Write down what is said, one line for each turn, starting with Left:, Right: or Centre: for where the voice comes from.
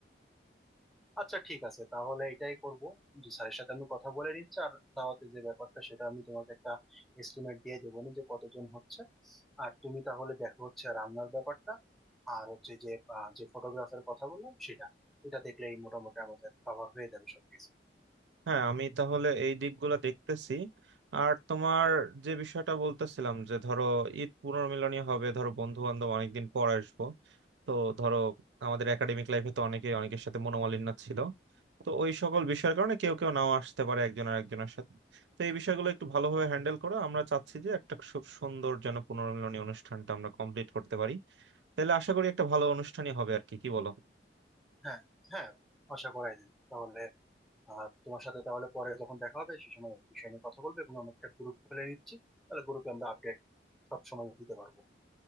Centre: আচ্ছা ঠিক আছে তাহলে এটাই করব যে স্যারের সাথে আমি কথা বলে নিচ্ছি আর দাওয়াতে যে ব্যাপারটা সেটা আমি তোমাকে একটা এস্টিমেট দিয়ে দেবো না যে কতজন হচ্ছে আর তুমি তাহলে দেখো হচ্ছে রান্নার ব্যাপারটা আর হচ্ছে যে আহ, যে ফটোগ্রাফের কথা বললাম সেটা এটা দেখলেই মোটামুটি আমাদের কভার হয়ে যাবে সবকিছু
Right: হ্যাঁ আমি তাহলে এই দিকগুলো দেখতেছি আর তোমার যে বিষয়টা বলতেছিলাম যে ধরো ঈদ পুনর্মিলনী হবে ধরো বন্ধু বান্ধব অনেকদিন পর আসবো তো ধরো আমাদের একাডেমিক লাইফে তো অনেকে অনেকের সাথে মনোমালিন্য ছিল তো ওই সকল বিষয়ের কারণে কেউ কেউ নাও আসতে পারে একজন আর একজনের সাথে তো এই বিষয়গুলো একটু ভালোভাবে হ্যান্ডেল করো আমরা চাচ্ছি যে একটা খুব সুন্দর যেন পুনর্মিলনী অনুষ্ঠানটা আমরা কমপ্লিট করতে পারি তাহলে আশা করি একটা ভালো অনুষ্ঠানই হবে আর কি কি বলো
Centre: হ্যাঁ হ্যাঁ আশা করাই যায় তাহলে আহ, তোমার সাথে তাহলে পরে যখন দেখা হবে সে সময় এই বিষয় নিয়ে কথা বলবে এবং আমরা একটা গ্রুপ খুলে নিচ্ছি তাহলে গ্রুপে আমরা আপডেট সব সময় দিতে পারবো